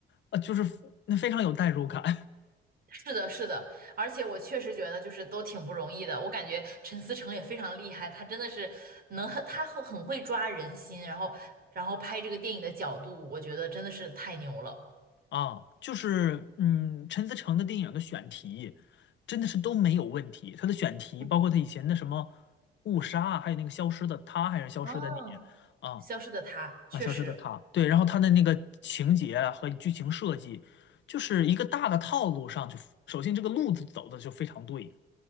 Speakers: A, on the left; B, on the right.
A: 呃，就是那非常有代入感。<laughs>
B: 是的，是的，而且我确实觉得就是都挺不容易的。我感觉陈思诚也非常厉害，他真的是能，他会很会抓人心，然后然后拍这个电影的角度，我觉得真的是太牛了。
A: 啊，就是嗯，陈思诚的电影的选题真的是都没有问题。他的选题，
B: 嗯，
A: 包括他以前的什么《误杀》，还有那个《消失的他》，还是《消失的你》
B: 哦，
A: 啊
B: 消失的他确实，
A: 啊，《消失的他》对，然后他的那个情节啊和剧情设计，就是一个大的套路上就，首先这个路子走的就非常对，